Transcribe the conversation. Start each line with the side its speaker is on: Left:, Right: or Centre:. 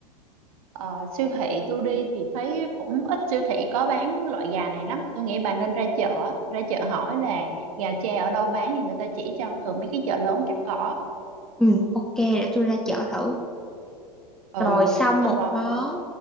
Right: Ờ, siêu thị tôi đi thì thấy cũng ít siêu thị có bán loại gà này lắm tôi nghĩ bà nên ra chợ ra chợ hỏi là gà tre ở đâu bán thì người ta chỉ cho thường mấy cái chợ lớn chắc có
Centre: Ừ, ok để tôi ra chợ thử.
Right: ừ
Centre: rồi xong
Right: xong
Centre: một
Right: rồi
Centre: món